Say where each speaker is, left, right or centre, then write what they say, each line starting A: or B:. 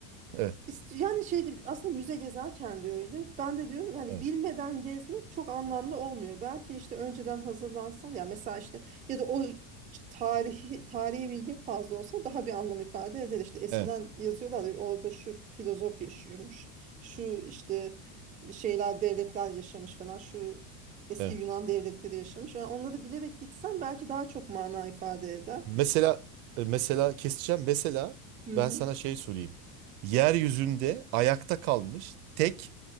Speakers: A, on the right; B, on the right.
A: evet
B: İst- Yani şeydi aslında müze gezerken de öyle. Ben de diyorum yani
A: evet
B: bilmeden gezmek çok anlamlı olmuyor. Belki işte önceden hazırlansan ya mesela işte ya da o tarihi tarihi bilgin fazla olsa daha bir anlam ifade eder. İşte eskiden
A: evet
B: yazıyorlar ya, orada şu filozof yaşıyormuş. Şu işte şeyler devletler yaşamış falan. Şu eski
A: evet.
B: Yunan devletleri yaşamış. Yani onları bilerek gitsen belki daha çok mana ifade eder.
A: Mesela e, mesela keseceğim. Mesela
B: Hı hı.
A: ben sana şey söyleyeyim. Yeryüzünde ayakta kalmış tek